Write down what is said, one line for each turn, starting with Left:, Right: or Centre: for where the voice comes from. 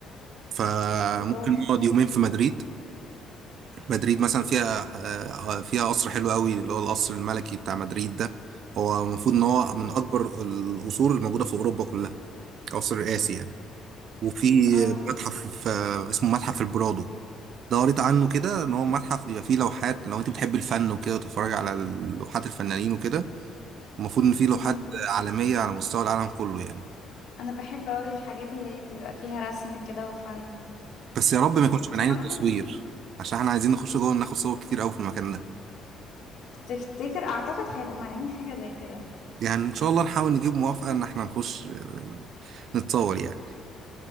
Right: فممكن
Left: الله
Right: نقعد يومين في مدريد مدريد مثلا فيها آه، آه، فيها قصر حلو قوي اللي هو القصر الملكي بتاع مدريد ده هو المفروض ان هو
Left: مم.
Right: من اكبر القصور الموجوده في اوروبا كلها قصر رئاسي يعني وفي
Left: اه
Right: متحف آه، اسمه متحف البرادو دورت عنه كده ان هو متحف بيبقى فيه لوحات لو انت بتحب الفن وكده وتتفرج على لوحات الفنانين وكده المفروض ان فيه لوحات
Left: مم.
Right: عالميه على مستوى العالم كله يعني
Left: انا بحب قوي الحاجات اللي هي بيبقى فيها رسم كده وفن
Right: بس يا رب ما يكونش
Left: وسمعت
Right: من عين التصوير
Left: ان
Right: عشان احنا عايزين نخش جوه ناخد صور كتير قوي في المكان ده
Left: تفتكر اعتقد هيبقوا مانعين حاجة زي كده
Right: يعني ان شاء الله نحاول نجيب موافقه ان احنا نخش آه، نتصور يعني